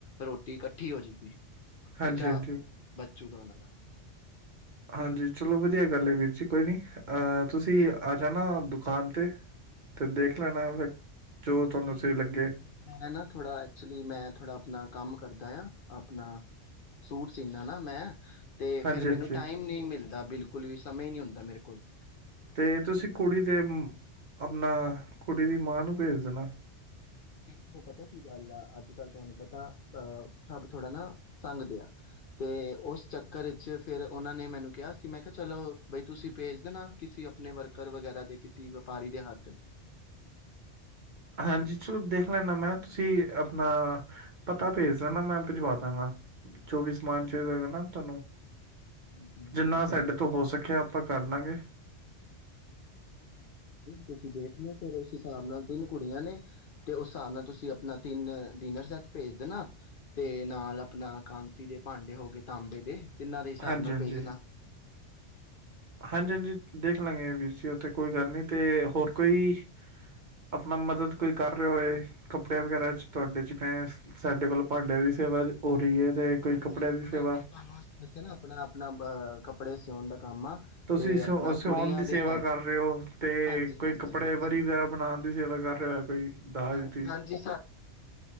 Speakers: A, on the left; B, on the right.
A: ਰੋਟੀ ਇਕੱਠੀ ਹੋਜੂਗੀ। ਖ਼ਰਚਾ
B: ਹਾਂਜੀ ਹਾਂਜੀ
A: ਬਚ ਜੂਗਾ ਉਹਨਾਂ ਦਾ
B: ਹਾਂਜੀ ਚਲੋ ਵਧੀਆ ਗੱਲ ਹੈ ਵੀਰ ਜੀ ਕੋਈ ਨੀ ਅਹ ਤੁਸੀਂ ਆ ਜਾਣਾ ਦੁਕਾਨ ਤੇ ਤੇ ਦੇਖ ਲੈਣਾ
A: ਹਾਜੀ
B: ਫਿਰ ਜੋ ਤੁਹਾਨੂੰ
A: ਨਹੀਂ
B: ਸਹੀ ਲੱਗੇ
A: ਪਤਾ ਕੀ ਮੈਂ ਨਾ ਥੋੜਾ ਐਕਚੁਲੀ ਮੈਂ ਥੋੜਾ ਆਪਣਾ ਕੰਮ ਕਰਦਾ ਆ ਆਪਣਾ ਸੂਟ ਸੀਨਾ ਨਾ ਮੈਂ ਤੇ
B: ਹਾਂਜੀ
A: ਫੇਰ
B: ਹਾਂਜੀ
A: ਮੈਨੂੰ ਟਾਈਮ ਨਹੀਂ ਮਿਲਦਾ ਬਿਲਕੁਲ ਵੀ ਸਮੇਂ ਨੀ ਹੁੰਦਾ ਮੇਰੇ ਕੋਲ ਕੋਈ
B: ਤੇ ਤੁਸੀਂ ਕੁੜੀ ਦੇ ਆਪਣਾ ਕੁੜੀ ਦੀ ਮਾਂ ਨੂੰ ਭੇਜ ਦੇਣਾ।
A: ਦੇਖੋ ਪਤਾ ਕੀ ਗੱਲ ਆ ਅੱਜ ਕੱਲ ਤੁਹਾਨੂੰ ਪਤਾ ਅਹ ਸਭ ਥੋੜਾ ਨਾ ਸੰਘਦੇ ਆ ਤੇ ਉਸ ਚੱਕਰ ਵਿੱਚ ਫਿਰ ਉਹਨਾਂ ਨੇ ਮੈਨੂੰ ਕਿਹਾ ਸੀ ਮੈਂ ਕਿਹਾ ਚਲੋ ਬਈ ਤੁਸੀਂ ਭੇਜ ਦੇਣਾ ਕਿਸੇ ਆਪਣੇ ਵਰਕਰ ਵਗੈਰਾ ਦੇ ਕਿਸੇ ਵਪਾਰੀ ਦੇ ਹੱਥ
B: ਹਾਂਜੀ ਚਲੋ ਦੇਖ ਲੈਂਦਾ ਮੈਂ ਤੁਸੀਂ ਆਪਣਾ ਪਤਾ ਭੇਜ ਦੇ ਨਾ ਮੈਂ ਭਜਵਾ ਦਾਂਗਾ ਜੋ ਵੀ ਸਮਾਨ ਚਾਹੀਦਾ ਨਾ ਤੁਹਾਨੂੰ
A: ਹਾਂਜੀ ਹਾਂਜੀ
B: ਜਿੰਨਾ
A: ਕੋਈ
B: ਸਾਡੇ
A: ਗੱਲ
B: ਤੋਂ ਹੋ ਸਕਿਆ ਆਪਾਂ ਕਰ ਲਾਂਗੇ।
A: ਤੁਸੀਂ ਦੇਖ ਲੋ ਫੇਰ ਉਸ ਹਿਸਾਬ ਨਾਲ ਤਿੰਨ ਕੁੜੀਆਂ ਨੇ ਤੇ ਉਸ ਹਿਸਾਬ ਨਾਲ ਤੁਸੀਂ ਆਪਣਾ ਤਿੰਨ ਡਿਨਰ ਸੈੱਟ ਭੇਜ ਦੇਣਾ ਤੇ ਨਾਲ ਆਪਣਾ ਕਾਂਸੀ ਦੇ ਭਾਂਡੇ ਹੋ ਗਏ ਤਾਂਬੇ ਦੇ ਤਿੰਨਾਂ ਦੇ ਹਿਸਾਬ
B: ਹਾਂਜੀ
A: ਨਾਲ
B: ਹਾਂਜੀ
A: ਭੇਜ ਦੇਣਾ।
B: ਹਾਂਜੀ ਹਾਂਜੀ ਦੇਖ ਲਾਂਗੇ ਵੀਰ ਜੀ ਉੱਥ ਕੋਈ ਗੱਲ ਨੀ ਤੇ ਹੋਰ ਕੋਈ ਆਪਣਾ ਮਦਦ ਕੋਈ ਕਰ ਰਹੇ ਹੋਏ ਕੱਪੜੇ ਵਗੈਰਾ ਚ ਤੁਹਾਡੇ ਜਿਵੇਂ ਸਾਡੇ ਕੋਲ ਭਾਂਡਿਆਂ ਦੀ ਸੇਵਾ ਹੋ ਰਹੀ ਹੈ। ਤੇ ਕੋਈ
A: ਹਾਂਜੀ
B: ਕੱਪੜਿਆਂ
A: ਆਪਣਾ
B: ਦੀ ਸੇਵਾ
A: ਤੁਹਾਨੂੰ ਦੱਸੇ ਨਾ ਆਪਣਾ ਆਪਣਾ ਅ ਕੱਪੜੇ ਸੌਣ ਦਾ ਕੰਮ ਆ
B: ਤੁਸੀਂ
A: ਤੇ ਆਪਣਾ
B: ਸ ਸਿਆਉਣ
A: ਕੁੜੀਆਂ
B: ਦੀ ਸੇਵਾ
A: ਦੇ ਹਾਂਜੀ
B: ਕਰ ਰਹੇ ਹੋ ਤੇ
A: ਹਾਂਜੀ
B: ਕੋਈ
A: ਹਾਂਜੀ
B: ਕੱਪੜੇ
A: ਹਾਂਜੀ
B: ਵਰੀ ਵਗੈਰਾ ਬਣਾਉਣ ਦੀ ਸੇਵਾ ਕਰ ਰਹੇ ਕੋਈ ਦਾਜ
A: ਹਾਂਜੀ
B: ਦੀ
A: ਹਾਂਜੀ